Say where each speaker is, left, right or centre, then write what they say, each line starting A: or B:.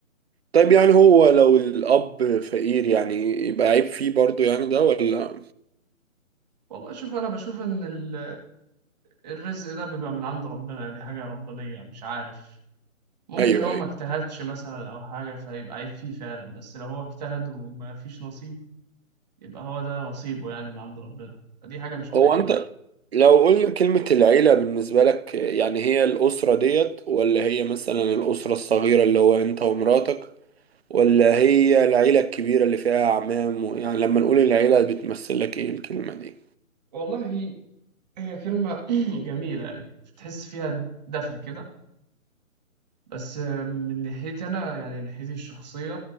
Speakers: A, on the right; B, on the right.
A: طيب يعني هو لو الأب فقير يعني يبقى عيب فيه برضو يعني ده ولا
B: والله شوف انا بشوف ان ال... الرزق ده بيبقى من عند ربنا دي حاجة ربانية مش عارف ممكن
A: أيوه
B: هو
A: أيوه
B: ما اجتهدش مثلا او حاجة فيبقى عيب فيه فعلا بس لو هو اجتهد وما فيش نصيب يبقى هو ده نصيبه يعني من عند ربنا دي حاجة مش بتاعتنا
A: هو أنت
B: احنا.
A: لو قلنا كلمة العيلة بالنسبة لك يعني هي الأسرة ديت ولا هي مثلا الأسرة الصغيرة اللي هو أنت ومراتك ولا هي العيلة الكبيرة اللي فيها أعمام و- يعني لما نقول العيلة بتمثل لك إيه الكلمة دي
B: والله هي كلمة <clears throat> جميلة يعني تحس فيها دفى كده بس من ناحيتي انا يعني ناحيتي الشخصية